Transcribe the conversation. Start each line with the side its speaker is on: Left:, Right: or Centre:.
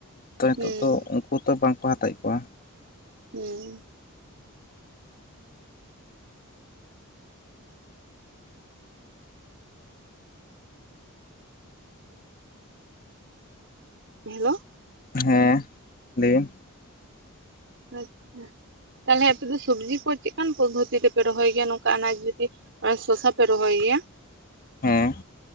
Left: ᱛᱚ ᱱᱤᱛᱚᱜ
Right: ᱦᱩᱸ
Left: ᱫᱚ ᱩᱱᱠᱩ ᱛᱚ ᱵᱟᱝᱠᱚ ᱦᱟᱛᱟᱣᱮᱫ ᱠᱚᱣᱟ᱾
Right: ᱦᱩᱸ ᱦᱮᱞᱳ
Left: ᱦᱮᱸ ᱞᱟᱹᱭ ᱵᱮᱱ
Right: ᱟᱪᱪᱷᱟ ᱛᱟᱦᱚᱞᱮ ᱟᱯᱮ ᱫᱚ ᱥᱚᱵᱽᱡᱤ ᱠᱚ ᱪᱮᱫ ᱞᱮᱠᱟᱱ ᱯᱚᱫᱽᱫᱷᱚᱛᱤ ᱨᱮᱯᱮ ᱨᱚᱦᱚᱭ ᱜᱮᱭᱟ ᱱᱚᱝᱠᱟ ᱟᱱᱟᱡᱽ ᱡᱩᱫᱤ ᱟᱨ ᱥᱚᱥᱟ ᱯᱮ ᱨᱚᱦᱚᱭ ᱜᱮᱭᱟ᱾
Left: ᱦᱮᱸ